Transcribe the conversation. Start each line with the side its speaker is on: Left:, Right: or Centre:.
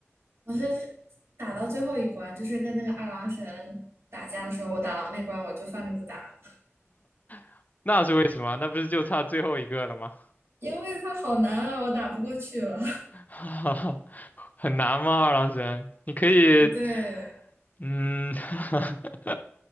Right: 我是打到最后一关，就是跟那个二郎神打架的时候，我打到那关我就放着不打了，
Left: <laughs> 那是为什么？那不是就差最后一个了吗？
Right: 因为他好难啊，我打不过去了。
Left: <laughs> 很难吗？二郎神，你可以，
Right: <laughs> 对，
Left: 嗯，<laughs>